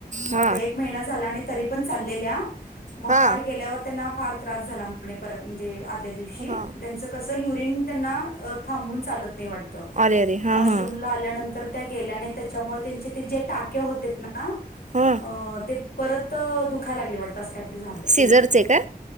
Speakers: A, on the left (about 70°); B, on the right (about 50°).
A: मग
B: हा
A: एक महिना झाला आणि तरी पण चाललेल्या. मग
B: हा
A: काल गेल्यावर त्यांना फार त्रास झाला म्हणे पर म्हणजे आदल्या दिवशी,
B: हा
A: त्यांचं कसं युरिन त्यांना थांबवून चालत नाही वाट तं
B: अरे अरे हा
A: वाशरूमला
B: हा
A: आल्यानंतर त्या गेल्या नाहीत. त्याच्यामूळं त्यांचे जे टाके होतेत ना ना,
B: हा
A: अ.. ते परत दुखायला लागले वाटत असं काहीतरी झालं.
B: सिझरचे का